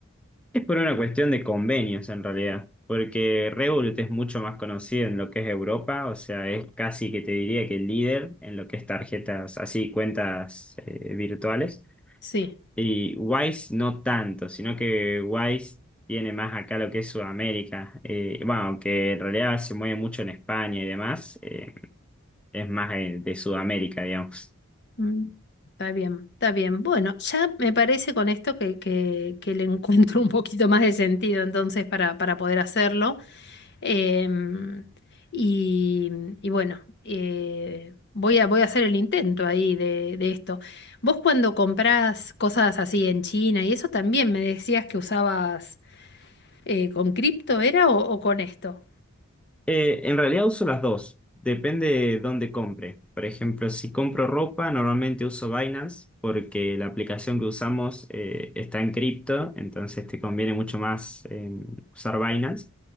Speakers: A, in the centre; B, on the left.
A: Es por una cuestión de convenios en realidad, porque Revolut es mucho más conocido en lo que es Europa, o sea, es casi que te diría que el líder en lo que es tarjetas, así cuentas eh, virtuales,
B: Sí.
A: y Wise no tanto, sino que Wise tiene más acá lo que es Sudamérica, eh, bueno, aunque en realidad se mueve mucho en España y demás, eh, es más eh, de Sudamérica, digamos.
B: Mm, Está bien, está bien. Bueno, ya me parece con esto que, que, que le <laughs> encuentro un poquito más de sentido entonces para, para poder hacerlo. Em, y, y bueno, eh, voy a, voy a hacer el intento ahí de, de esto. Vos cuando comprás cosas así en China y eso también me decías que usabas eh, con cripto, ¿era o, o con esto?
A: Eh, en realidad uso las dos, depende de dónde compre. Por ejemplo, si compro ropa, normalmente uso Binance porque la aplicación que usamos eh, está en cripto, entonces te conviene mucho más eh, usar Binance.